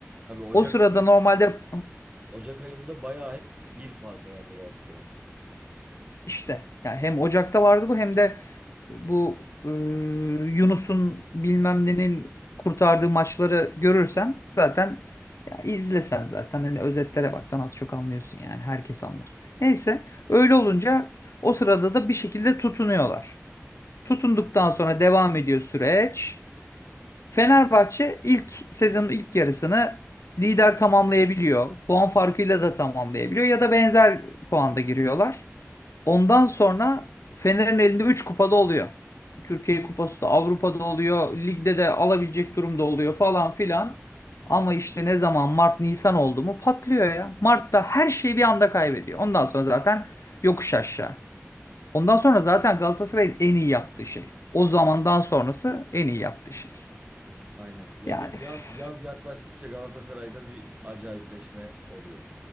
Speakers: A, on the right (about 25°); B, on the left (about 65°).
A: Tabii Ocak
B: O sırada normalde
A: Ocak ayında bayağı hep bir farkla yendi Galatasaray.
B: işte yani hem Ocak'ta vardı bu hem de bu e, Yunus'un bilmem nenin kurtardığı maçları görürsen zaten ya izlesen zaten hani özetlere baksan az çok anlıyorsun yani herkes anlar. Neyse öyle olunca o sırada da bir şekilde tutunuyorlar. Tutunduktan sonra devam ediyor süreç. Fenerbahçe ilk sezonun ilk yarısını lider tamamlayabiliyor. Puan farkıyla da tamamlayabiliyor ya da benzer puanda giriyorlar. Ondan sonra Fener'in elinde 3 kupada oluyor. Türkiye Kupası da Avrupa'da oluyor. Ligde de alabilecek durumda oluyor falan filan. Ama işte ne zaman Mart Nisan oldu mu patlıyor ya. Mart'ta her şeyi bir anda kaybediyor. Ondan sonra zaten yokuş aşağı. Ondan sonra zaten Galatasaray'ın en iyi yaptığı şey. O zamandan sonrası en iyi yaptığı şey.
A: Aynen. Ya
B: Yani
A: böyle yaz
B: üf,
A: yaz yaklaştıkça Galatasaray'da bir acayipleşme oluyor.